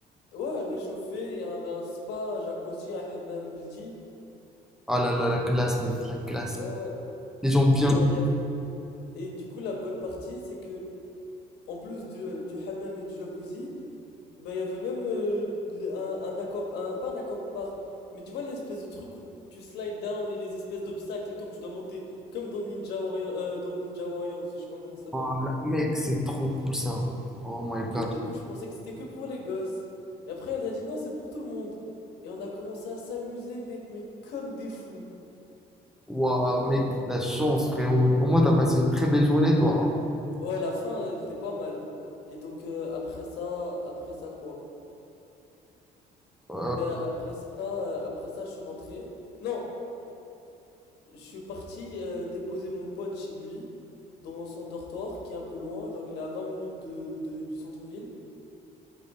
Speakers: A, on the left; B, in the centre.
A: Ouais, réchauffé, il y avait un spa, un jacuzzi, un hammam baldi.
B: Ah là là, la classe, mec, la classe.
A: Ouais, ouais.
B: Les gens bien.
A: Et euh, il y Et du coup, la bonne partie, c'est que, en plus du, euh, du hammam et du jacuzzi, bah, il y avait même euh, le- un, un aqua- un, pas un aquapark, mais tu vois l'espèce de truc où tu slides down et les espèces d'obstacles et tout que tu dois monter, comme dans Ninja Warrior, euh, dans Ninja Warriors, ou je sais pas comment ça s'appelle.
B: Ah là- mec, c'est trop cool ça. Oh my
A: Et
B: god.
A: au début, je pensais que c'était que pour les gosses. Et après, elle a dit non, c'est pour tout le monde. Et on a commencé à s'amuser, mec, mais comme des fous.
B: Waouh, mec, la chance, frérot. Au moins, t'as passé une très belle journée, toi. hein.
A: Ouais, la fin, elle était pas mal. Et donc, euh, après ça, après ça, quoi?
B: Euh,
A: Ben après ça, euh, après ça, je suis rentré. Non, je suis parti euh, déposer mon pote chez lui, dans son dortoir, qui est un peu loin, genre il est à 20 minutes de, de- du centre-ville.